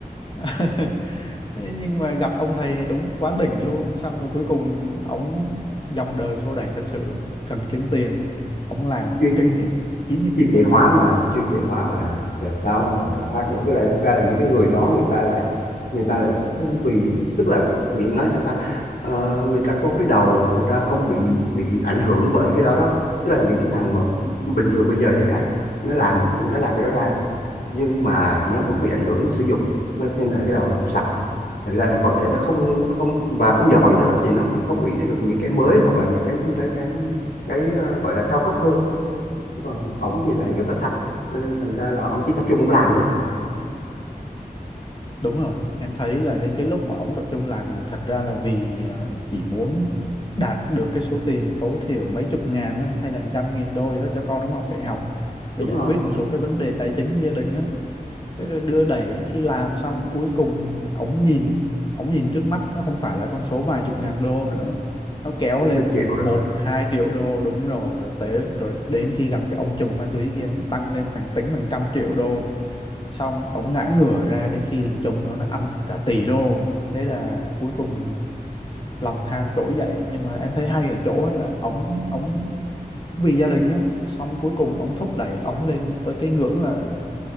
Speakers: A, on the left; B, on the left.
A: á. <laughs> Thế nhưng mà gặp ông thầy này đúng quá đỉnh luôn xong rồi cuối cùng ông dòng đời xô đẩy thật sự cần kiếm tiền ông làm
B: chuyên
A: kinh thiệt 99%
B: chuyên dạy hóa mà chuyên dạy hóa mà làm sao mà thoát được với lại thực ra là những cái người đó người ta lại người ta lại không vì tức là nghĩ nói sao ta Ờ, người ta có cái đầu người ta không bị bị ảnh hưởng bởi cái đó đó tức là những cái thằng mà bình thường bây giờ chẳng hạn nó làm nó làm cái đó ra nhưng mà nó vẫn bị ảnh hưởng nó sử dụng nó xem là cái đầu nó không sạch thành ra là có thể nó không không và không giỏi nữa thì nó cũng không nghĩ ra được những cái mới hoặc là những cái cái cái cái ờ, gọi là cao cấp hơn còn ổng thì lại rất là sạch cho nên thành ra là ổng chỉ tập trung ổng làm thôi
A: đúng rồi em thấy là đến cái lúc mà ông tập trung làm là thật ra là vì ờ, chỉ muốn đạt được cái số tiền tối thiểu mấy chục ngàn đó, hay là trăm nghìn đô gì đó cho con ông học đại học và
B: đúng
A: giải
B: rồi
A: quyết một số cái vấn đề tài chính của gia đình á thế rồi đưa đẩy đến khi làm xong cuối cùng ổng nhìn ổng nhìn trước mắt nó không phải là con số vài chục ngàn đô nữa nó kéo
B: nên
A: lên
B: tôi chịu
A: từ một
B: rồi
A: hai triệu đô đúng rồi rồi tới rồi đến khi gặp cái ông trùm ma túy kia nó tăng lên thành tính bằng trăm triệu đô xong ổng ngã ngửa ra đến khi thằng trùm đó nó ăn phải cả tỷ đô thế là cuối cùng lòng tham trỗi dậy nhưng mà em thấy hay ở chỗ á là ổng ổng vì gia đình á xong cuối cùng ổng thúc đẩy ổng lên tới cái ngưỡng là